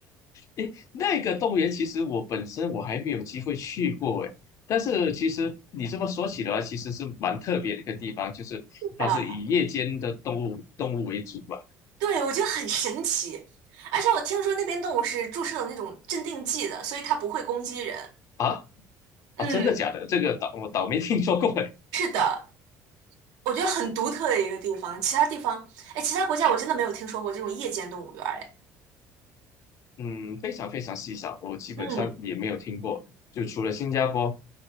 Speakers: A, on the left; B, on the right.
A: 诶，那个动物园其实我本身我还没有机会去过诶，但是其实你这么说起来，其实是蛮特别的一个地方，就是它是以夜间的动物动物为主吧？
B: 的，对，我觉得很神奇，而且我听说那边动物是注射了那种镇定剂的，所以它不会攻击人，
A: 啊
B: 嗯，
A: 啊，真的假的？这个倒我倒没听说过诶。
B: 是的。我觉得很独特的一个地方，其他地方，哎，其他国家我真的没有听说过这种夜间动物园儿，哎，
A: 嗯，非常非常稀少，我基本上也没有听过，
B: 嗯，
A: 就除了新加坡。